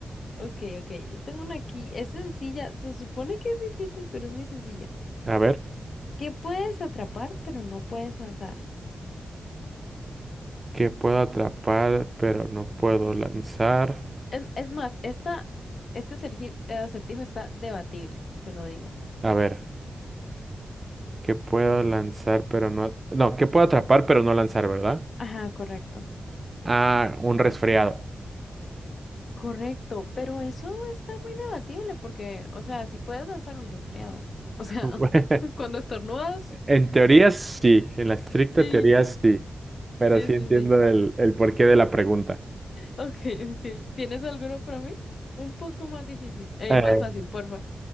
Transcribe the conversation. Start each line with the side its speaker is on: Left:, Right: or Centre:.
Left: Ok, ok, yo tengo una aquí. Es sencilla. Se supone que es difícil, pero es muy sencilla.
Right: A ver,
Left: ¿Qué puedes atrapar, pero no puedes lanzar?
Right: ¿qué puedo atrapar, pero no puedo lanzar?
Left: Es, es más, esta, este acerji- eh, acertijo está debatible, te lo digo.
Right: A ver, ¿qué puedo lanzar pero no... at- No, ¿qué puedo atrapar pero no lanzar, ¿verdad?
Left: Ajá, correcto.
Right: Ah, un resfriado.
Left: Correcto, pero eso está muy debatible porque, o sea, si puedes lanzar un resfriado. O sea,
Right: <laughs> Bueno,
Left: <laughs> cuando estornudas.
Right: En teoría sí, en la estricta
Left: Sí,
Right: teoría sí, pero
Left: sí,
Right: sí
Left: sí,
Right: entiendo
Left: sí.
Right: el, el porqué de la pregunta.
Left: Ok, ok. ¿Tienes alguno para mí? Un poco más difícil. Eh,
Right: Eh,
Left: más fácil, porfa.